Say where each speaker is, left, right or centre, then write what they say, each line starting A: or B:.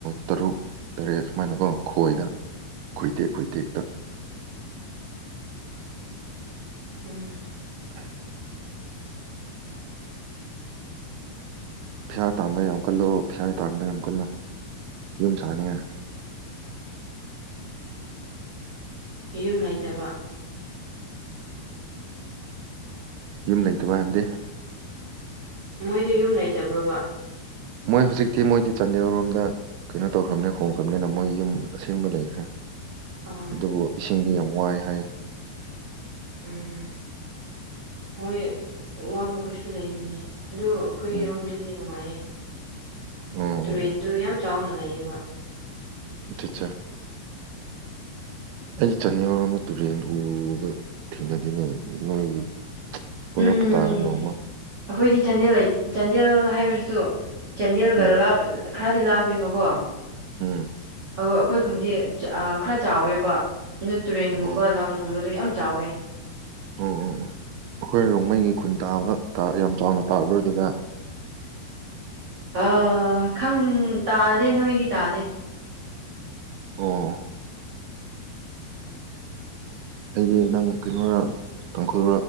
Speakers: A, on the right; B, on the right.
A: ꯇꯔꯨꯛ ꯇꯔꯦꯠ ꯁꯨꯃꯥꯏꯅꯀꯣ ꯈꯣꯏꯗ ꯈꯣꯏꯇꯦꯛ ꯈꯣꯏꯇꯦꯛꯇ
B: ꯎꯝ
A: ꯑꯥ ꯄꯩꯁꯥ ꯇꯥꯟꯕ ꯌꯥꯝ ꯀꯜꯂꯣ ꯄꯩꯁꯥ ꯇꯥꯟꯕ ꯌꯥꯝ ꯀꯜꯂꯣ ꯌꯨꯝ ꯁꯥꯅꯤꯡꯉꯥꯏ
B: ꯌꯨꯝ ꯂꯩꯇꯕ
A: ꯌꯨꯝ ꯂꯩꯇꯕ ꯍꯥꯏꯕꯗꯤ
B: ꯃꯣꯏꯗꯣ ꯌꯨꯝ ꯂꯩꯇꯕ꯭ꯔꯣꯕ
A: ꯃꯣꯏ ꯍꯧꯖꯤꯛꯇꯤ ꯃꯣꯏꯗꯤ ꯆꯥꯟꯗꯦꯜꯔꯣꯝꯗ ꯀꯩꯅꯣ ꯇꯧꯈ꯭ꯔꯕꯅꯤꯅ ꯍꯣꯡꯈ꯭ꯔꯕꯅꯤꯅ ꯃꯣꯏ ꯌꯨꯝ ꯑꯁꯦꯡꯕ ꯂꯩꯈ꯭ꯔꯦ
B: ꯑꯥ
A: ꯑꯗꯨꯕꯨ ꯏꯁꯤꯡꯗꯤ ꯌꯥꯝ ꯋꯥꯏ ꯍꯥꯏ
B: ꯎꯝ ꯃꯣꯏ ꯋꯥꯕ ꯈꯣꯏꯁꯨ ꯂꯩꯕꯅꯦ ꯑꯗꯨ ꯑꯩꯈꯣꯏꯔꯣꯝꯗꯗꯤ
A: ꯎꯝ
B: ꯅꯨꯡꯉꯥꯏꯌꯦ
A: ꯑꯣ
B: ꯇꯨꯔꯦꯟꯗꯣ ꯌꯥꯝ ꯆꯥꯎꯅ ꯂꯩꯌꯦꯕ
A: ꯑꯆꯥ ꯑꯆꯥ ꯑꯩ ꯆꯅꯦꯔ ꯌꯥꯎꯕ ꯇꯨꯔꯦꯟ ꯎꯕ ꯊꯦꯡꯅꯗꯅꯦ ꯅꯣꯏꯒꯤ ꯀꯣꯏꯔꯄ
B: ꯎꯝ
A: ꯇꯥꯥꯔꯦ ꯅꯣꯡꯃ
B: ꯑꯩꯈꯣꯏꯗꯤ ꯆꯥꯟꯗꯦꯜ ꯂꯩ ꯆꯥꯟꯗꯦꯜ ꯍꯥꯏꯕꯗꯨꯁꯨ ꯆꯥꯟꯗꯦꯜꯒ
A: ꯎꯝ
B: ꯂꯥꯞ ꯈꯔꯗꯤ ꯂꯥꯞꯄꯦꯕꯀꯣ
A: ꯎꯝ
B: ꯑꯣ ꯑꯩꯈꯣꯏ ꯈꯨꯟꯗꯤ ꯑꯥ ꯈꯔ ꯆꯥꯎꯋꯦꯕ ꯑꯗꯨ ꯇꯨꯔꯦꯟꯒꯨꯝꯕ
A: ꯑꯣ
B: ꯂꯝꯒꯨꯝꯕꯗꯣ ꯌꯥꯝ ꯆꯥꯎꯋꯦ
A: ꯑꯣ ꯑꯣ ꯑꯣ ꯑꯩꯈꯣꯏ ꯔꯣꯡꯃꯩꯒꯤ ꯈꯨꯟ ꯇꯥꯕ ꯇꯥꯕ ꯌꯥꯝ ꯆꯥꯎꯅ ꯇꯥꯕ꯭ꯔꯥ ꯑꯗꯨꯗ
B: ꯑꯥ ꯈꯪ ꯇꯥꯗꯦ ꯅꯣꯏꯗꯤ ꯇꯥꯗꯦ
A: ꯑꯣ ꯑꯩꯗꯤ ꯅꯪ ꯀꯩꯅꯣꯔ ꯇꯥꯡꯈꯨꯜ